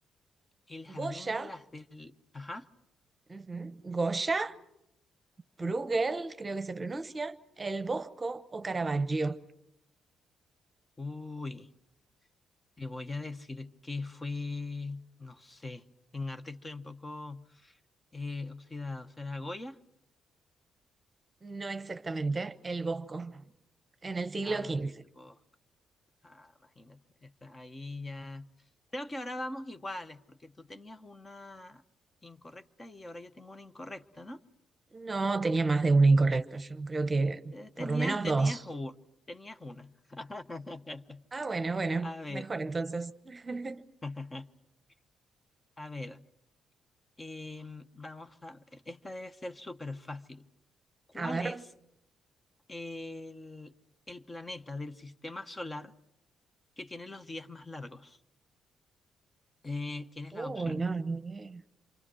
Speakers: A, on the left; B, on the right.
A: el jardín
B: Goya,
A: de las del... Ajá.
B: ujú, Goya, Bruegel, creo que se pronuncia, El Bosco o Caravaggio.
A: Uy, te voy a decir que fue, no sé, en arte estoy un poco eh, oxidado. ¿Será Goya?
B: No exactamente, El Bosco, en el siglo
A: Ay,
B: XV.
A: el bosque. Ah, imagínate, está ahí ya. Creo que ahora vamos iguales, porque tú tenías una incorrecta y ahora yo tengo una incorrecta, ¿no?
B: No tenía más de uno incorrecto, yo creo que
A: Eh, tenías,
B: por lo menos
A: tenías,
B: dos.
A: u- tenías una. <laughs>
B: Ah, bueno, bueno,
A: A ver,
B: mejor entonces. <laughs>
A: <laughs> a ver. Em, vamos a ver, esta debe ser súper fácil. ¿Cuál
B: A ver.
A: es el, el planeta del sistema solar que tiene los días más largos? Eh, tienes
B: Uy,
A: las opciones.
B: no, ni idea.